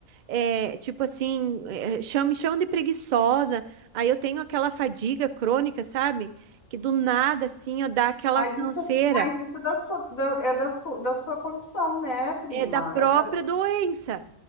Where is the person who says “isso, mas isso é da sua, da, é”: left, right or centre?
Left